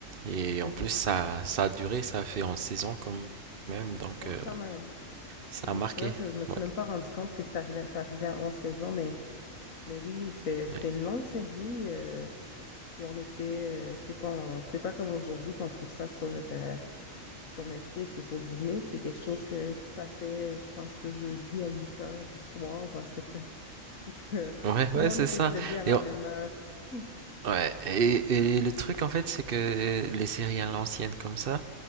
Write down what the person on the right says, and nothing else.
Et
en plus
ça ça a duré, ça a fait en saison quand même, donc
euh,
ça
a marqué.
Ouais,
ouais.
Ouais,
ouais,
c'est
ça.
Et, on-
ouais, et, et le truc en fait, c'est que les séries à l'ancienne comme ça,